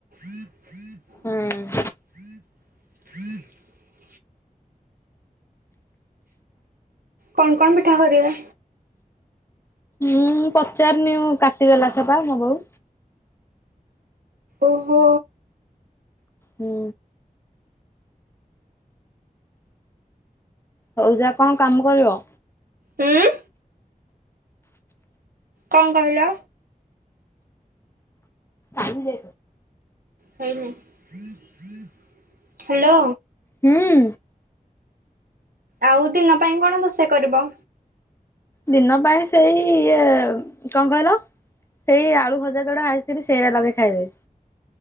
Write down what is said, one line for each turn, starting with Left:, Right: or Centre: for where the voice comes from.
Right: <inaudible>
Left: ହୁଁ।
Right: <inaudible> କଣ କଣ ପିଠା କରିବା?
Left: ହୁଁ ପଚାରନି କାଟିଦେଲା ସେପା ମୋ ବୋଉ
Right: ଓହୋ
Left: ହୁଁ ହଉ ଯା କଣ କାମ କରିବ?
Right: ହୁଁ ଉଁ କଣ କହିଲ?
Left: ଆଇଲେ
Right: <unintelligible> ହାଲୋ
Left: ହୁଁ
Right: ଆଉ ଦିନ ପାଇଁ କଣ ରୋଷେଇ କରିବ?
Left: ଦିନ ପାଇଁ ଶ୍ ସେଇ ଇଏ କଣ କହିଲ? ସେଇ ଆଳୁ ଭଜା ଯୋଉଡା ଭାଜିଥିଲି ସେଇରା ଲଗେଇ ଖାଇବେ।